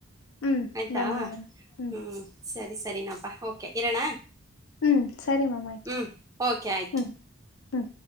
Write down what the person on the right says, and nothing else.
ಆಯ್ತಾ
ಹ್ಞ ಸರಿ ಸರಿನಪ್ಪ ಓಕೆ ಇರೋಣ
ಹ್ಮ್ ಓಕೆ ಆಯ್ತು